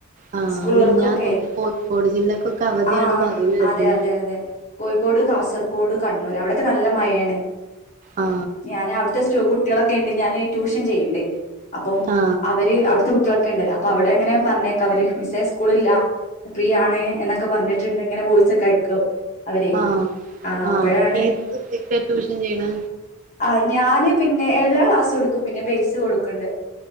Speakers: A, on the right; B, on the left.
A: ആ
B: സ്കൂൾകൾക്കൊക്കെ
A: മിഞ്ഞാന്നോ ഒക്കെ കോഴിക്കോട് ജില്ലക്കൊക്കെ അവധിയാണ്
B: ആ
A: പറയുന്ന കേട്ടു
B: അതെ അതെ അതെ കോഴിക്കോട് കാസർ ക്കോട് കണ്ണൂർ അവിടെക്കെനല്ല മഴയാണ്
A: ആ
B: ഞാന് അവിട്ത്തെ സ്റ്റു കു കുട്ട്യാളൊക്കെണ്ട് ഞാന് ട്യൂഷൻ ചെയ്യ്ണ്ടേ അപ്പം
A: ആ
B: അവര് അവിടുത്തെ ക്കണ്ട് അപ്പൊ അവിടെ എങ്ങനെ പറഞ്ഞേക്ക അവര് മിസ്സെ സ്കൂളില്ല ഫ്രീ ആണ് എന്നൊക്കെ പറഞ്ഞിട്ടുണ്ട് ഇങ്ങനെ വോയ്സ് ഒക്കെ അയക്കും അവരെ
A: ആഹ്
B: ആ
A: ആഹ്
B: അപ്പോഴാണ്
A: ഏത് സബ്ജക്റ്റാ ട്യൂഷൻ ചെയ്യണ
B: ആ ഞാന് പിന്നെ എല്ലാ ക്ലാസ്സും ഇട്ക്കും പിന്നെ ബേസ് കൊടുക്ക്ണ്ട്